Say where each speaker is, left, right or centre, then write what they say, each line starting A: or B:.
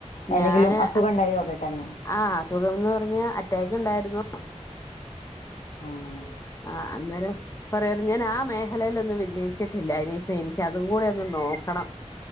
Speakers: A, on the left (about 70°); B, on the left (about 25°).
A: എന്തെങ്കിലും
B: ഞാന്
A: അസുഖം ഉണ്ടായോ പെട്ടെന്ന്
B: ആഹ് അസുഖംന്ന് പറഞ്ഞ അറ്റക്ക് ഉണ്ടായിരുന്നു.
A: ആഹ്
B: ആഹ് അന്നേരം പറയാർന്നു ഞാൻ ആ മേഖലയിലൊന്നും വിജയിച്ചിട്ടില്ല ഇനിയിപ്പം എനിക്ക് അതും കൂടെ ഒന്ന് നോക്കണം.